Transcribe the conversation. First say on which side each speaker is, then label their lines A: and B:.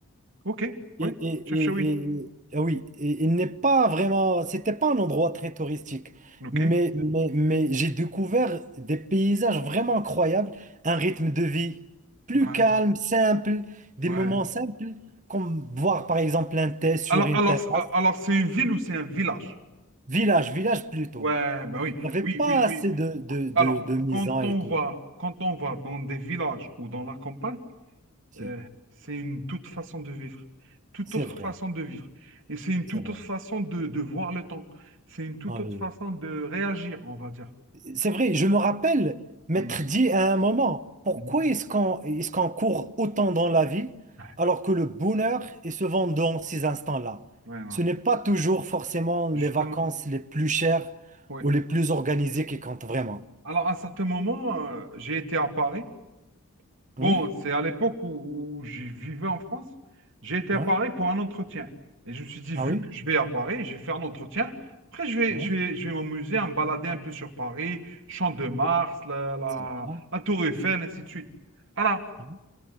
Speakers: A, on the right; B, on the right.
A: ok,
B: Et,
A: ouais,
B: et-
A: chef
B: et-
A: Chawin.
B: et- ah oui, et il n'est pas vraiment, c'était pas un endroit très touristique,
A: Ok,
B: mais, mais, mais j'ai découvert des paysages vraiment incroyables, un rythme de vie plus
A: ouais,
B: calme, simple, des
A: ouais.
B: moments simples, comme boire par exemple un thé sur
A: Alors,
B: une
A: alors,
B: terrasse,
A: c'est- alors c'est une ville ou c'est un village?
B: village, village plutôt.
A: Ouais, ben oui,
B: Il n'y avait
A: oui,
B: pas
A: oui, oui.
B: assez de, de, de,
A: Alors,
B: de mise
A: quand
B: en et
A: on
B: tout.
A: va, quand on va dans des villages ou dans la campagne,
B: Si,
A: euh, c'est une toute façon de vivre, toute
B: c'est
A: autre
B: vrai,
A: façon de vivre. Et c'est une
B: c'est
A: toute
B: vrai.
A: autre façon de, de voir le temps. C'est une toute
B: Ah
A: autre
B: oui.
A: façon de réagir, on va dire.
B: C'est vrai, je me rappelle m'être
A: Mhm,
B: dit à un moment, pourquoi
A: mhm.
B: est-ce qu'on est-ce qu'on court autant dans la vie
A: Ouais,
B: alors que le bonheur est souvent dans ces instants-là?
A: voilà.
B: Ce n'est pas toujours forcément les
A: Justement.
B: vacances les plus chères
A: Oui,
B: ou les plus organisées qui comptent vraiment.
A: Alors, à un certain moment, euh, j'ai été à Paris. Bon,
B: Oui,
A: c'est à l'époque où, où je vivais en France. J'ai été
B: ouais.
A: à Paris pour un entretien. Et je me suis dit,
B: Ah
A: vu
B: oui,
A: que je vais à Paris, je vais faire un entretien. Après, je vais,
B: ouais,
A: je vais, je vais m'amuser à me balader un peu sur Paris, Champ de Mars, la, la,
B: c'est bien.
A: la Tour Eiffel, ainsi de suite. Voilà.
B: Ah oui.